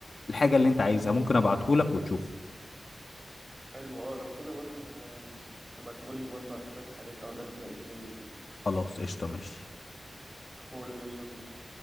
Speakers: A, on the left (about 60°); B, on the right (about 25°).
A: الحاجه اللي انت عايزها ممكن ابعته لك وتشوفه
B: حلو اه لو كده برضو ه... تبقى تقول لي برضو على شوية حاجات اقدر ابدأ ازاي وكده
A: خلاص قشطه ماشي
B: فول يا صديقي